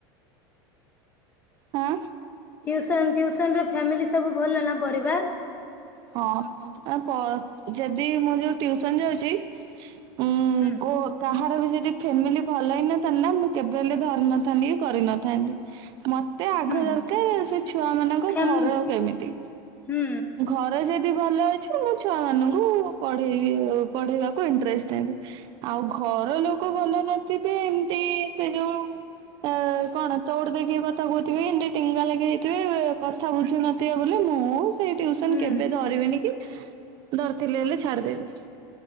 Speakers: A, on the right; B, on the left.
A: ହଁ।
B: ଟିଉସନ ଟିଉସନ ରେ ଫାମିଲି ସବୁ ଭଲ ନା ପରିବା
A: ହଁ ହଉ ଯଦି ମୁଁ ଯୋଉ ଟିଉସନ ଯାଉଛି। ଉଁ
B: ହୁଁ
A: କୋ କାହା ବି ଯଦି ଫ୍ୟାମିଲି ଭଲ ହେଇନଥାନ୍ତା। ମୁଁ କେବେ ହେଲେ ଧରିନଥାନ୍ତି କି କରିନଥାନ୍ତି। ମତେ ତେ ଆଗ
B: ହୁଁ
A: ଦରକାର ସେ ଛୁଆ ମାନଙ୍କ
B: ଫ୍ୟାମ
A: ଘର କେମିତି।
B: ହୁଁ
A: ଘରେ ଯଦି ଭଲ ଅଛି। ମୁ ଛୁଆ ମାନଙ୍କୁ ପଢେଇ ପଢେଇବାକୁ ଇନ୍ତ୍ରେଷ୍ଟ ନେବି। ଆଉ ଘର ଲୋକ ଭଲ ନଥିବେ ଏମିତି ସେ ଯୋଉ ସେ କଣ ତଉଡ ଦେକି କଥା କହୁଥିବେ। ଏମତି ଟିଙ୍ଗା ଲାଗି ହେଇଥିବେ କଥା ବୁଝୁ ନଥିବେ ବୋଲି ମୁଁ ସେ ଟିଉସନ
B: ହୁଁ
A: କେବେ ଧରିବିନି କି ଧରିଥିଲେ ହେଲେ ଛାଡିଦେବି।